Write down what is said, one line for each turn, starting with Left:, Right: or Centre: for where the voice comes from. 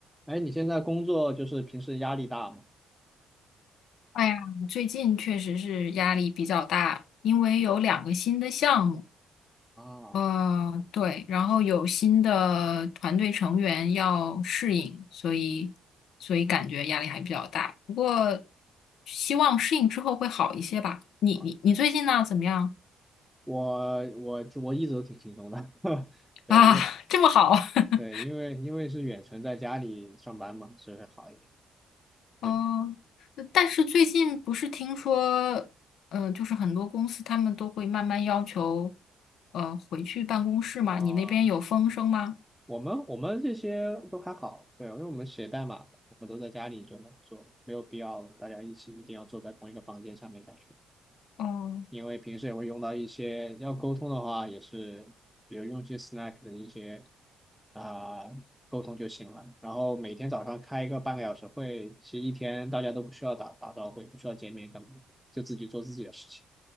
Centre: 哎，你现在工作就是平时压力大吗？
Left: 哎呀，最近确实是压力比较大，因为有两个新的项目，
Centre: 啊
Left: 呃，对，然后有新的团队成员要适应，所以所以感觉压力还比较大。不过希望适应之后会好一些吧。你你你最近呢？
Centre: 啊，
Left: 怎么样
Centre: 我我我一直都挺轻松的，<laughs> 对，
Left: 啊？
Centre: 因为
Left: 这么好？<laughs>
Centre: 对，因为因为是远程在家里上班嘛，所以会好一点。
Left: 哦，
Centre: 对
Left: 呃但是最近不是听说，嗯呃，就是很多公司他们都会慢慢要求，呃，回去办公室嘛？
Centre: 啊，
Left: 你那边有风声吗？
Centre: 我们我们这些都还好，对，因为我们写代码的我们都在家里就能做的没有必要大家一起一定要坐在同一个房间下面干什么。
Left: 哦，
Centre: 因为平时也会用到一些要沟通的话，也是比如用一些 Slack 的一些啊、沟通就行了。然后每天早上开一个半个小时会，其实一天大家都不需要打打招呼，也不需要见面干嘛，就自己做自己的事情，